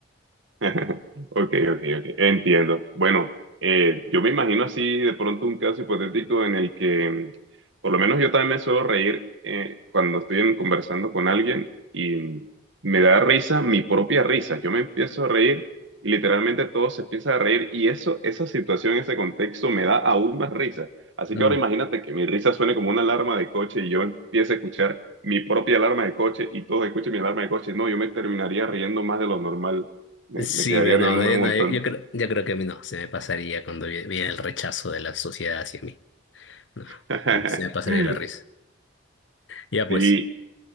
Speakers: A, on the right; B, on the left.
A: <laughs> Ok, ok, ok, entiendo. Bueno, eh, yo me imagino así de pronto un caso hipotético en el que, mm, por lo menos yo también me suelo reír eh, cuando estoy en- conversando con alguien y mm, me da risa mi propia risa. Yo me empiezo a reír y literalmente todo se empieza a reír y eso, esa situación, ese contexto me da aún más risa. Así
B: Mm.
A: que ahora imagínate que mi risa suene como una alarma de coche y yo empiece a escuchar mi propia alarma de coche y todos escuchen mi alarma de coche. No, yo me terminaría riendo más de lo normal me,
B: Sí,
A: me quedaría
B: pero
A: riéndome
B: no, no, yo,
A: un
B: no,
A: montón.
B: yo- yo creo, yo creo que a mí no, se me pasaría cuando vi- viene el rechazo de la sociedad hacia mí. No,
A: <laughs>
B: se me pasaría la risa. Ya pues,
A: Y,